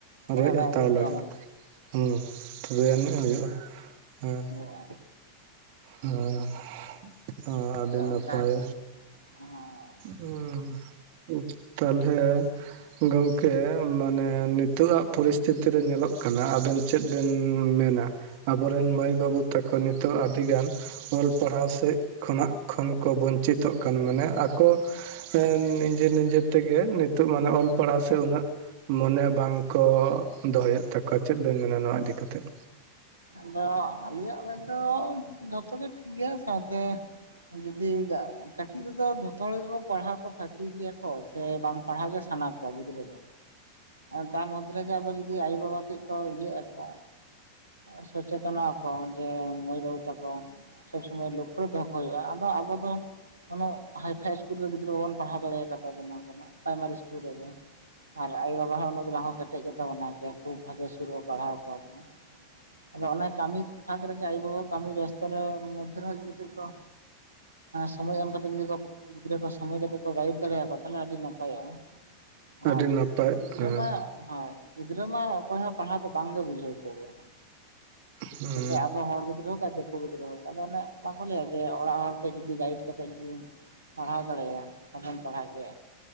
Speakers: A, on the right; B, on the right.
A: ᱚᱠᱚᱭ
B: ᱨᱚᱡ
A: ᱦᱚᱸ ᱵᱟᱭ
B: ᱦᱟᱛᱟᱣ
A: ᱟᱹᱜᱩ ᱦᱚᱴᱚ
B: ᱞᱟᱜᱟᱜ
A: ᱟᱢᱟᱭ
B: ᱦᱩᱸ ᱛᱚᱵᱮ ᱟᱹᱱᱤᱡ ᱦᱩᱭᱩᱜ-ᱟ ᱦᱩᱸ
A: ᱦᱩᱭᱩᱜᱼᱟ
B: ᱦᱩᱸ ᱟᱹᱰᱤ
A: ᱟᱫᱚ
B: ᱱᱟᱯᱟᱭ
A: ᱚᱱᱠᱟ ᱠᱟᱛᱮᱫ ᱦᱚᱸ
B: ᱦᱩᱸ ᱛᱟᱞᱦᱮ ᱜᱚᱝᱠᱮ ᱢᱟᱱᱮ ᱱᱤᱛᱚᱜ ᱟᱜ ᱯᱚᱨᱤᱥᱛᱷᱤᱛᱤ ᱨᱮ ᱧᱮᱞᱚᱜ ᱠᱟᱱᱟ ᱟᱵᱮᱱ ᱪᱮᱫ ᱵᱮᱱ ᱢᱮᱱᱟ ᱟᱵᱚᱨᱮᱱ ᱢᱟᱹᱭ ᱵᱟᱹᱵᱩ ᱛᱟᱠᱚ ᱱᱤᱛᱚᱜᱟ ᱟᱹᱰᱤᱜᱟᱱ ᱚᱞ ᱯᱟᱲᱦᱟᱣ ᱥᱮᱫ ᱠᱷᱚᱱᱟᱜ ᱠᱷᱚᱱ ᱠᱚ ᱵᱚᱧᱪᱤᱛᱚᱜ ᱠᱟᱱ ᱢᱟᱱᱮ ᱟᱠᱚ ᱱᱤᱡᱮ ᱱᱤᱡᱮ ᱛᱮᱜᱮ ᱱᱤᱛᱚᱜ ᱢᱟᱱᱮ ᱚᱞ ᱯᱟᱲᱦᱟᱣ ᱥᱮ ᱩᱱᱟᱹᱜ ᱢᱚᱱᱮ ᱵᱟᱝ ᱠᱚ ᱫᱚᱦᱚᱭᱮᱫ ᱛᱟᱠᱚᱣᱟ ᱪᱮᱫ ᱵᱮᱱ ᱢᱮᱱᱟ ᱱᱚᱣᱟ ᱤᱫᱤ ᱠᱟᱛᱮᱫ
A: ᱟᱫᱚ ᱟᱞᱤᱭᱟᱜ ᱢᱮᱱᱫᱚ ᱡᱷᱚᱛᱚ ᱜᱮ ᱴᱷᱤᱠ ᱜᱮᱭᱟ ᱥᱟᱶᱛᱮ ᱡᱩᱫᱤ ᱜᱟ ᱠᱟᱹᱴᱤᱡ ᱨᱮᱫᱚ ᱡᱷᱚᱛᱚ ᱦᱚᱲ ᱜᱮᱠᱚ ᱯᱟᱲᱦᱟᱣ ᱠᱚ ᱯᱷᱟᱠᱤ ᱜᱮᱭᱟ ᱠᱚ ᱥᱮ ᱵᱟᱝ ᱯᱟᱲᱦᱟᱣ ᱜᱮ ᱥᱟᱱᱟ ᱠᱚᱣᱟ ᱜᱤᱫᱽᱨᱟᱹ
B: <inaudible>
A: ᱫᱚ ᱛᱟᱨ ᱢᱚᱫᱽᱫᱷᱮ ᱨᱮᱜᱮ ᱟᱫᱚ ᱡᱩᱫᱤ ᱟᱭᱳ ᱵᱟᱵᱟ ᱠᱟᱹᱡ ᱠᱚ ᱤᱭᱟᱹᱜ ᱟᱠᱚ ᱥᱪᱮᱛᱚᱱᱚᱜ ᱟᱠᱚ ᱡᱮ ᱢᱟᱹᱭ ᱵᱟᱹᱵᱩ ᱛᱟᱠᱚ ᱥᱚᱵᱽ ᱥᱚᱢᱚᱭ ᱞᱚᱠᱷᱨᱮ ᱫᱚᱦᱚ ᱠᱟᱜ ᱦᱩᱭᱩᱜ-ᱟ ᱟᱫᱚ ᱟᱵᱚ ᱫᱚ ᱳᱱᱳᱜ ᱦᱟᱭᱯᱷᱟᱭ ᱤᱥᱠᱩᱞ ᱨᱮᱫᱚ ᱜᱤᱫᱽᱨᱟᱹ ᱵᱟᱵᱚᱱ ᱯᱟᱲᱦᱟᱣ ᱫᱟᱲᱮ ᱟᱠᱚ ᱛᱟᱵᱚᱱᱟ ᱯᱨᱟᱭᱢᱟᱨᱤ ᱤᱥᱠᱩᱞ ᱨᱮᱜᱮ ᱟᱨ ᱟᱭᱚ ᱵᱟᱵᱟ ᱦᱚᱸ ᱩᱱᱟᱹᱜ ᱫᱚ ᱵᱟᱝᱠᱚ ᱠᱮᱴᱮᱡ ᱜᱮᱛᱟ ᱵᱚᱱᱟ ᱡᱮ ᱠᱷᱩᱵ ᱵᱷᱟᱜᱮ ᱤᱥᱠᱩᱞ ᱨᱮᱠᱚ ᱯᱟᱲᱦᱟᱣ ᱠᱚᱣᱟ ᱠᱚ ᱟᱫᱚ ᱚᱱᱟ ᱠᱟᱹᱢᱤ ᱯᱷᱟᱸᱠ ᱨᱮᱜᱮ ᱟᱭᱳ-ᱵᱟᱵᱟ ᱠᱟᱹᱢᱤ ᱵᱮᱥᱛᱚ ᱨᱮ ᱢᱚᱫᱽᱫᱷᱮ ᱨᱮᱦᱚ ᱠᱟᱹᱡ ᱠᱚ ᱥᱚᱢᱚᱭ ᱮᱢ ᱠᱟᱛᱮ ᱡᱩᱫᱤ ᱠᱚ ᱜᱤᱫᱽᱨᱟᱹ ᱠᱚ ᱥᱚᱢᱚᱭ ᱠᱟᱛᱮᱜ ᱠᱚ ᱜᱟᱭᱤᱰ ᱫᱟᱲᱮᱭ ᱟᱠᱚᱣᱟ ᱛᱟᱦᱞᱮ ᱟᱰᱤ ᱱᱟᱯᱟᱭᱚᱜ-ᱟ᱾
B: ᱟᱹᱰᱤ
A: ᱟᱨ
B: ᱱᱟᱯᱟᱭ
A: ᱜᱤᱫᱽᱨᱟᱹ
B: ᱦᱮᱸ
A: ᱢᱟ ᱦᱚᱭ ᱜᱤᱫᱽᱨᱟᱹ ᱢᱟ ᱚᱠᱚᱭ ᱦᱚᱸ ᱯᱟᱲᱦᱟᱣ ᱠᱚ ᱵᱟᱝᱜᱮ ᱵᱩᱡᱷᱟᱹᱣ ᱠᱚᱜᱮᱭᱟ
B: ᱦᱩᱸ
A: ᱱᱚᱛᱮ ᱟᱵᱚ ᱦᱚᱲ ᱜᱤᱫᱨᱟᱹ ᱦᱳᱠ ᱟᱨ ᱫᱤᱠᱩ ᱠᱩ ᱜᱤᱫᱽᱨᱟᱹ ᱦᱳᱠ ᱟᱫᱚ ᱚᱱᱮ ᱵᱟᱠᱚ ᱞᱟᱹᱭᱟ ᱡᱮ ᱚᱲᱟᱜ ᱦᱚᱲ ᱠᱟᱹᱡ ᱡᱩᱫᱤ ᱜᱟᱭᱤᱰ ᱠᱟᱛᱮᱫ ᱡᱩᱫᱤᱢ ᱯᱟᱲᱦᱟᱣ ᱫᱟᱲᱮᱭ ᱭᱟ ᱟᱢ ᱦᱚᱢ ᱯᱟᱲᱦᱟᱜ ᱜᱮ